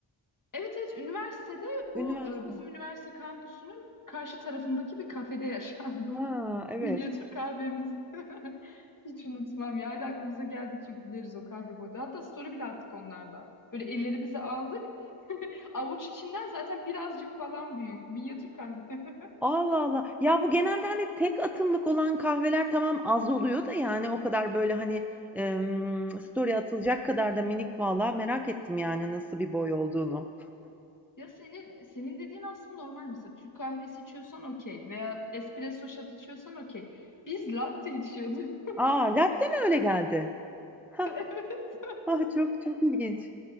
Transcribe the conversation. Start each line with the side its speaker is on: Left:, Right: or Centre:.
Left: Evet evet üniversitede bu
Centre: Üniversite.
Left: e, bizim üniversite kampüsünün karşı tarafındaki bir kafede <laughs> yaşandı.
Centre: Ha, evet.
Left: Minyatür kahvemiz. <laughs> Hiç unutmam ya. Hala aklımıza geldikçe güleriz o kahve boyda. Hatta story bile attık onlarla. Böyle ellerimizi aldık. <laughs> Avuç içinden zaten birazcık falan büyük. Minyatür kahve. <laughs>
Centre: Allah Allah. Ya bu genelde hani tek atımlık olan kahveler tamam az oluyor da yani o kadar böyle hani em, story atılacak kadar da minik valla merak ettim yani nasıl bir boy olduğunu.
Left: Ya senin senin dediğin aslında normal mesela Türk kahvesi içiyorsan okey veya espresso shot içiyorsan okey. Biz latte içiyorduk. <laughs>
Centre: Aa latte mi öyle geldi? Ha,
Left: Evet.
Centre: ha çok çok ilginç.